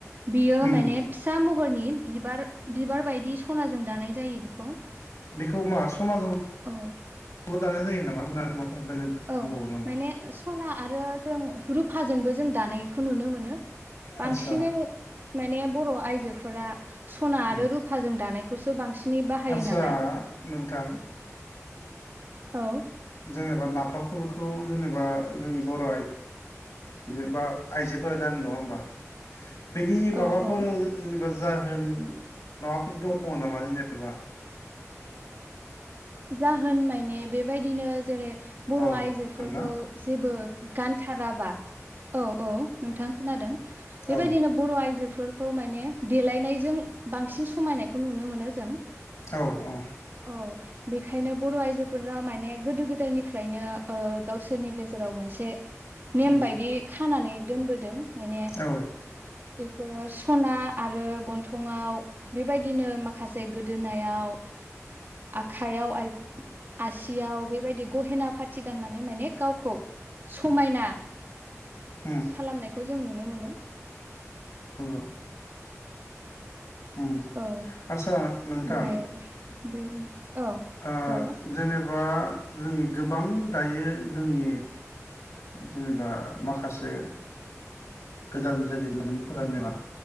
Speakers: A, on the right; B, on the left.
A: बियो
B: उम
A: माने फिसा महरनि बिबार बिबार बायदि सनाजों दानाय जायो बेखौ
B: बेखौ मा समाजजोंल'
A: अ
B: दानाय जायो‌ नामा <unintelligible>
A: औ
B: दंबावो नामा
A: माने सना आरो जों रुफाजोंबो जों दानायखौ नुनो मोनो
B: आदसा
A: बांसिनै माने बर' आइजोफोरा सना
B: उम
A: आरो रुफाजों दानायखौसो बांसिनै बाहायो
B: आदसा
A: नालाय
B: नोंथां
A: औ
B: जेनेबा नाफाखलखौ जेनेबा जोंनि बर' आइ बिदिबा आइजोफोरा गानो नङा होमबा? बेनि
A: औ
B: माबाफोर
A: औ
B: जेनेबा जा होन माबाफोर दङ नामा जेनेबा
A: जाहोन माने बेबायदिनो जेरै बर'
B: औ
A: आइजोफोरखौ
B: खोनादोंना
A: जेबो गानथाराबा औ औ नोंथां खोनादों बेबायदिनो
B: औ
A: बर' आइजो फोरखौ माने देलायनायजों बांसिन समायनायखौ नुनो मोनो जों
B: औ औ
A: औ बेखायनो बर' आइजोफोरा माने गोदो गोदायनिफ्रायनो ओ गावसोरनि गेजेराव मोनसे नेम
B: उम
A: बायदि खानानै दोनबोदों माने
B: औ
A: बिसोरो सना आरो गन्थंआव बेबायदिनो माखासे गोदोनायाव
B: <inaudible>
A: हायाव आइ आसियाव बेबायदि गहेना फाथि गाननानै माने गावखौ समायना
B: उम
A: खालामनायखौ जों नुनो मोनो
B: औ ओम
A: औ
B: आस्सा नोंथां
A: ओमफ्राय बे औ
B: ओ
A: औ
B: जेनेबा जों गोबां दायो जोंनि जेनेबा माखासे गोदान <unintelligible> जोलैमोनफोरानो